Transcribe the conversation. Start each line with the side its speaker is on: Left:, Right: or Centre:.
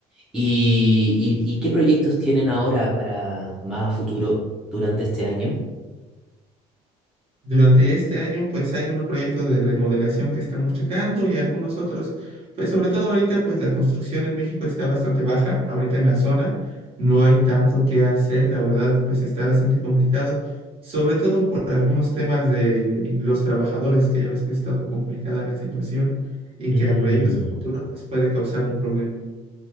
Centre: ¿Y, y- y qué proyectos tienen ahora para más a futuro durante este año?
Right: Durante este año, pues hay unos proyectos de remodelación que estamos checando y algunos otros, pues sobre todo ahorita, pues la construcción en México está bastante baja, ahorita en la zona no hay tanto que hacer, la verdad, pues está bastante complicado, sobre todo por algunos temas de los trabajadores, que ya ves que ha estado complicada la situación y
Centre: Mm,
Right: que a proyectos a futuro, pues puede causar un problema.